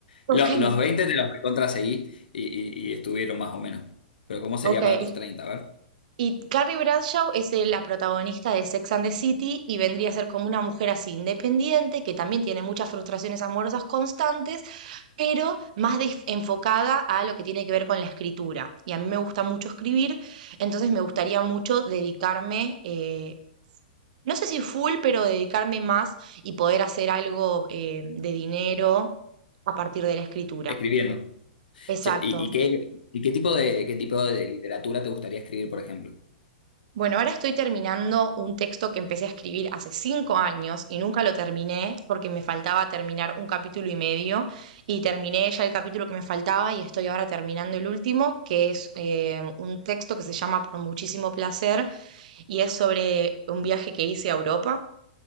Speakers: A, on the right; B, on the left.
A: Ok,
B: Lo- los 20 te los recontra seguí y, y- y estuvieron más o menos. Pero ¿cómo sería
A: ok.
B: para tus treinta A ver,
A: Y Carrie Bradshaw es eh, la protagonista de Sex and the City y vendría a ser como una mujer así independiente, que también tiene muchas frustraciones amorosas constantes, pero más des- enfocada a lo que tiene que ver con la escritura. Y a mí me gusta mucho escribir, entonces me gustaría mucho dedicarme, eh, no sé si full, pero dedicarme más y poder hacer algo eh, de dinero a partir de la escritura.
B: escribiendo.
A: Exacto.
B: Che, ¿y, y qué, y qué tipo de, qué tipo de literatura te gustaría escribir, por ejemplo?
A: Bueno, ahora estoy terminando un texto que empecé a escribir hace cinco años y nunca lo terminé porque me faltaba terminar un capítulo y medio y terminé ya el capítulo que me faltaba y estoy ahora terminando el último, que es eh, un texto que se llama Por muchísimo placer y es sobre un viaje que hice a Europa